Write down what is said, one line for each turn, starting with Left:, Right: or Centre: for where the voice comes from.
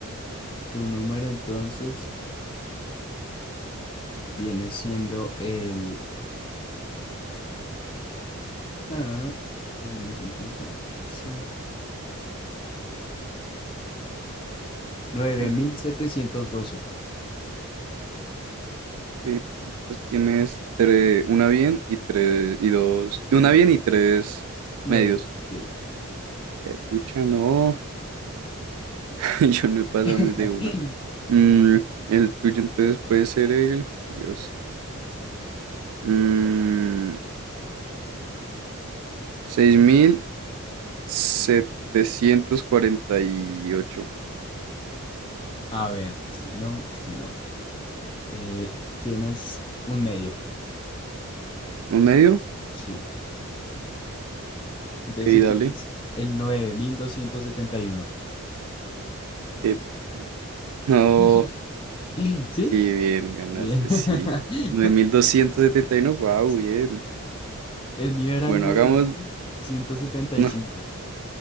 Left: Tu número entonces viene siendo el... ah, podemos intentar aquí así. nueve
Right: Mm,
Left: mil setecientos doce,
Right: ¿Qué pitos tienes? Tre- una bien y tres y dos. y Una
Left: <clears throat>
Right: bien y tres
Left: Medios,
Right: medios.
Left: ok.
Right: pucha, no. <laughs> Yo no he pasado
Left: <laughs>
Right: ni de una. Mm, el tuyo entonces puede ser el. Dios. Mm, seis mil setecientos cuarenta y ocho.
Left: A ver, este no, este no. Eh, tienes un medio,
Right: ¿Un medio?
Left: sí. Entonces
Right: Ok,
Left: el
Right: dale.
Left: tuyo es el nueve mil doscientos setenta y uno,
Right: Que <laughs> no.
Left: <laughs> ¿Sí?
Right: Sí, bien, ganaste,
Left: Bien. <laughs>
Right: sí. nueve mil doscientos setenta y uno, wow,
Left: Sí.
Right: bien.
Left: El mío era
Right: Bueno,
Left: el nueve
Right: hagamos.
Left: mil ciento setenta y
Right: No,
Left: cinco.